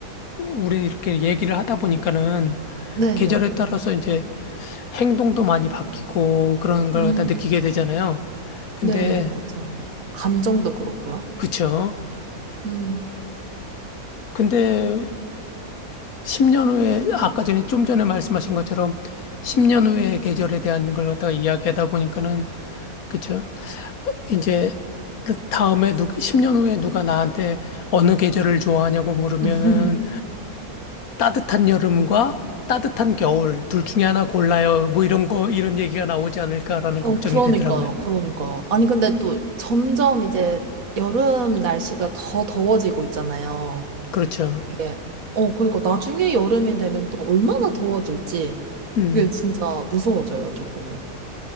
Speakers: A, on the left (about 75°); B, on the right (about 65°).
A: 우리 이렇게 얘기를 하다 보니까는
B: 네,
A: 계절에
B: 네.
A: 따라서 이제 행동도 많이 바뀌고 그런 걸
B: 음,
A: 갖다 느끼게 되잖아요. 근데
B: 네, 맞아요. 감정도 그렇고요.
A: 그쵸?
B: 음.
A: 근데 10년 후에 아까 전에 좀 전에 말씀하신 것처럼 10년 후의 계절에 대한 걸 갖다가 이야기하다 보니까는 그쵸? 이제 그 다음에 누 10년 후에 누가 나한테 어느 계절을 좋아하냐고 물으면은
B: <laughs>
A: 따뜻한 여름과 따뜻한 겨울 둘 중에 하나 골라요. 뭐 이런 거 이런 얘기가 나오지 않을까라는
B: 어,
A: 걱정이
B: 그러니까요,
A: 되더라고요.
B: 그러니까요. 아니, 근데 또 점점 이제 여름 날씨가 더 더워지고 있잖아요.
A: 그렇죠.
B: 이게, 어, 그러니까 나중에 여름이 되면 또 얼마나 더워질지
A: 음.
B: 그게 진짜 무서워져요, 조금은.